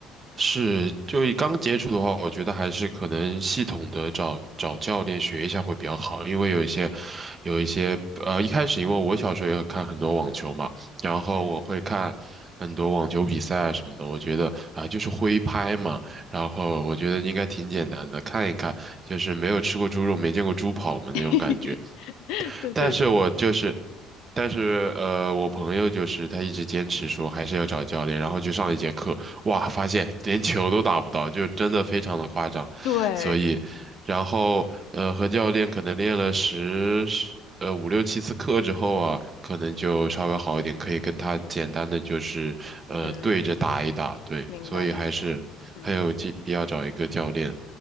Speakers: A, on the right; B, on the left.
A: 是，就刚接触的话，我觉得还是可能系统的找找教练学一下会比较好，因为有一些，有一些，呃，一开始因为我小时候也看很多网球嘛，然后我会看很多网球比赛啊什么的，
B: 嗯，
A: 我觉得啊，就是挥拍嘛，然后我觉得应该挺简单的，看一看，就是没有吃过猪肉，没见过猪跑嘛那种感觉。
B: <laughs> 对对对
A: 但是我就是，但是呃，我朋友就是他一直坚持说还是要找教练，然后去上一节课，哇，发现连球都打不到，就真的非常的夸张，
B: 对，
A: 所以，然后呃和教练可能练了十十呃五六七次课之后啊，可能就稍微好一点，可以跟他简单的就是呃对着打一打，
B: 嗯，
A: 对，
B: 明白明白，
A: 所以还是很有必必要找一个教练，
B: 嗯。